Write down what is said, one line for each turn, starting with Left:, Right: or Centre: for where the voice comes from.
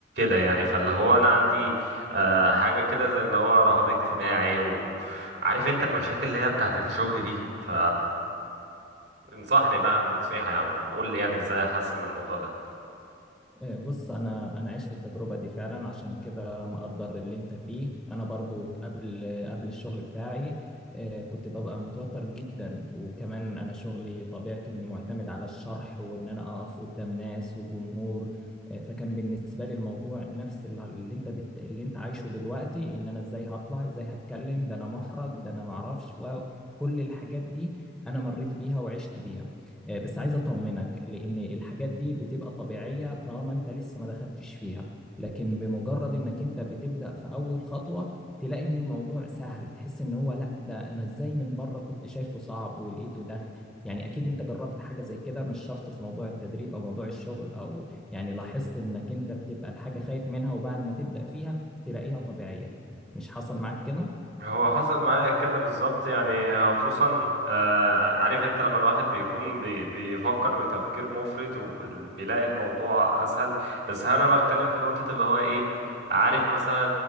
Right: يعني فاللي هو انا عندي آه، حاجة كده زي اللي هو رهاب اجتماعي وعارف انت المشاكل اللي هي بتاعت الشغل دي ف انصحني بقى نصيحة او قول لي يعني ازاي احسن من الموضوع ده
Centre: إيه، بص انا انا عشت التجربه دي فعلا عشان كده مقدر اللي انت فيه انا برضو قبل قبل الشغل بتاعي إيه، كنت ببقى متوتر جدا وكمان انا شغلي طبيعته انه معتمد على الشرح وان انا اقف قدام ناس وجمهور إيه، فكان بالنسبه لي الموضوع نفس اللي اللي انت بت... اللي انت عايشه دلوقتي ان انا ازاي هطلع ازاي هتكلم ده انا محرج ده انا معرفش و- كل الحاجات دي انا مريت بيها وعشت بيها آه، بس عايز اطمنك لان الحاجات دي بتبقى طبيعية طالما انت لسه ما دخلتش فيها لكن بمجرد انك انت بتبدأ في اول خطوة تلاقي ان الموضوع سهل تحس ان هو لا ده انا ازاي من بره كنت شايفه صعب ولقيته ده يعني اكيد انت جربت حاجة زي كده مش شرط في موضوع التدريب او موضوع الشغل او يعني لاحظت انك انت بتبقى الحاجة خايف منها وبعد ما تبدأ فيها تلاقيها طبيعية مش حصل معاك كده
Right: هو حصل معايا كده بالظبط يعني خصوصا آه، عارف انت لما الواحد بيكون بي- بيفكر بتفكير مفرط وبيلاقي الموضوع اسهل بس انا بتكلم في نقطة اللي هو ايه عارف مثلا